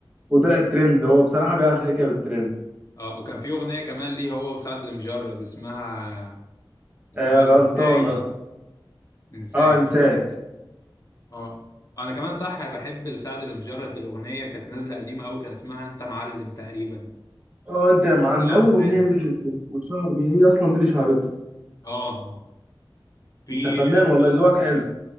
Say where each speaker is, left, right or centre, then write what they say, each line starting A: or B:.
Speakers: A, on the right; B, on the left.
A: وطلع الترند هو بصراحة بيعرف يركب الترند
B: اه وكان في اغنيه كمان ليه هو وسعد المجرد اسمها اسمها
A: آه غلطانة
B: انساي انساي
A: اه انساه
B: اه انا كمان صح بحب لسعد المجرد الاغنيه كانت نازله قديمه قوي كان اسمها انت معلم تقريبا
A: اه انت يا معلم
B: طلعت
A: ده اول اغنيه
B: ترند
A: نزلت واتشهر بيها هي اصلا دي اللي شهرته
B: اه آه. في
A: انت فنان والله ذوقك حلو